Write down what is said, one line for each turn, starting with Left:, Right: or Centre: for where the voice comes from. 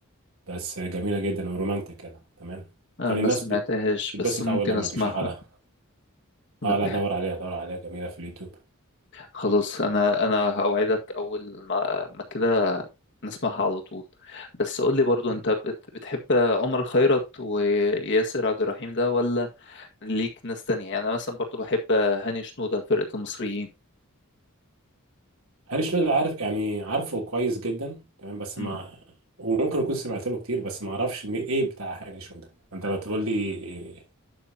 Right: بس جميلة جدا ورومانتك كده تمام
Left: أنا
Right: يعني
Left: ما
Right: الناس
Left: سمعتهاش
Right: بت-
Left: بس
Right: بتتبسط
Left: ممكن
Right: أول لما
Left: اسمعها
Right: بيشغلها
Left: لا
Right: اه لا دور عليها دور عليها جميلة في اليوتيوب
Left: خلاص انا انا هوعدك اول ما ما كده نسمعها على طول بس قول لي برضو انت بت... بتحب عمر خيرت وياسر عبد الرحيم ده ولا ليك ناس تانية يعني أنا مثلا برضو بحب هاني شنودة فرقة المصريين
Right: هاني شنودر عارف يعني عارفه كويس جدا تمام بس
Left: مم.
Right: ما وممكن اكون سمعت له كتير بس ما اعرفش مي- ايه بتاع هاني شنودر انت لو تقول لي إيه